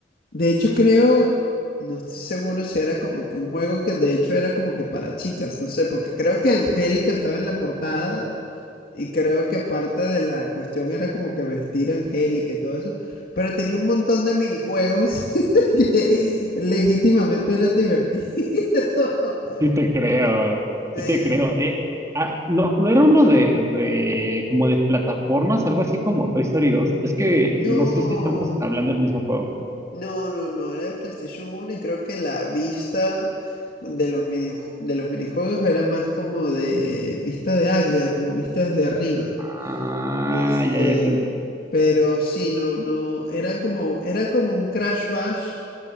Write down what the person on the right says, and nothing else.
Sí te creo, sí
te creo. Eh, ah, no, no era uno de, de, como de plataformas, algo así como Toy Story dos. Es que no
sé si estamos hablando del mismo juego.
Ah,
ya, ya te entendí.